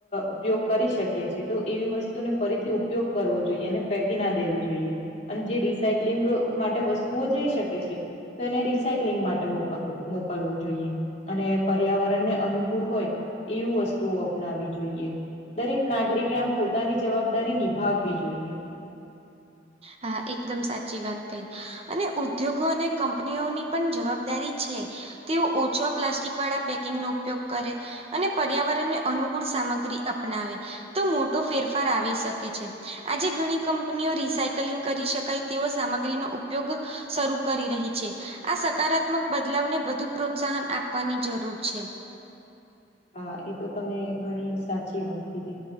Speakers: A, on the left; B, on the right.
A: ઉપયોગ કરી શકીએ છીએ તો એવી વસ્તુને ફરીથી ઉપયોગ કરવો જોઈએ અને ફેંકી ના દેવી જોઈએ. અને જે રિસાયક્લિંગ માટે વસ્તુઓ જઇ શકે છે તો એને રિસાયક્લિંગ માટે મોકલ મોકલવું જોઈએ અને પર્યાવરણને અનુકૂળ હોય એવુ વસ્તુઓ અપનાવી જોઈએ. દરેક નાગરિકે આમ પોતાની જવાબદારી નિભાવવી જોઈએ.
B: હા, એકદમ સાચી વાત કહી અને ઉદ્યોગો અને કંપનીઓની પણ જવાબદારી છે તેઓ ઓછા પ્લાસ્ટિકવાળા પેકિંગનો ઉપયોગ કરે અને પર્યાવરણને અનુકૂળ સામગ્રી અપનાવે તો મોટો ફેરફાર આવી શકે છે. આજે ઘણી કંપનીઓ રિસાઈ કિલિંગ કરી શકાય તેવો સામગ્રીનો ઉપયોગ શરૂ કરી રહી છે. આ સકારાત્મક બદલાવને વધુ પ્રોત્સાહન આપવાની જરૂર છે.
A: હા એ તો તમે ઘણી સાચી વાત કીધી.